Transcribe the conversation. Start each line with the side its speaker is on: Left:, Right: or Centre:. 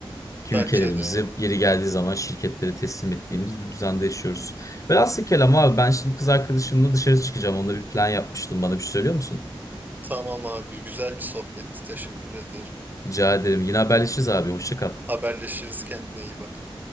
Left: ki
Right: Bence
Left: ülkelerimizi
Right: de yani.
Left: yeri geldiği zaman şirketlere teslim ettiğimiz bir düzende yaşıyoruz. Velhasıl kelam abi ben şimdi kız arkadaşımla dışarı çıkacağım. Onunla bir plan yapmıştım. Bana bir şey söylüyor musun?
Right: Tamam abi, güzel bir sohbetti. Teşekkür ederim.
Left: Rica ederim. Yine haberleşiriz abi. Hoşça kal.
Right: Haberleşiriz kendine iyi bak.